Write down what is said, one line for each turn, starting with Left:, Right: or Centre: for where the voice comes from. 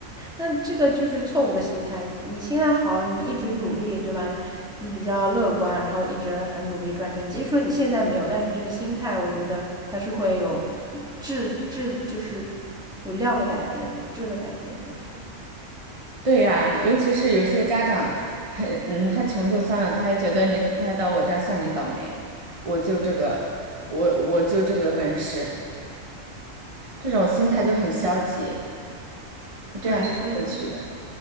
Centre: 那这个就是错误的心态。你你心态好，你一直努力，对吧？你比较乐观，然后一直很努力赚钱。即使说你现在没有，但是你这个心态，我觉得它是会有质质，就是有量的改变的，质的改变就是
Right: 对呀，尤其是有些家长很，嗯，他穷就算了，他还觉得你投胎到我家算你倒霉，我就这个，我我就这个本事，这种心态就很消极，就这样是不可取的。
Centre: 对，所以心，